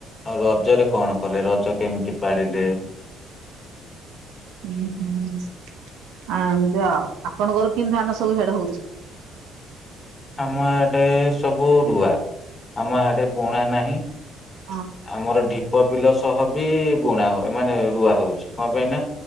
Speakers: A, on the left; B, on the right.
A: ରଜରେ କଣ କଲେ ରଜ କେମିତି ପାରିଲେ।
B: ହୂଁ ହୁଁ। ଆ ଏମତି ଆଉ ଆପଣଙ୍କର କେମିତି ଧାନ ସବୁ ଆଡେ ହଉଛି।
A: ଆମ ଆଡେ ସବୁ ରୁଆ ଆମ ଆଡେ ବୁଣା ନାହିଁ।
B: ଅ
A: ଆମର ଢିପ ବିଲ ସହ ବି ବୁଣା ମାନେ ବି ରୁଆ ହଉଛି କଣ ପାଇଁ ନା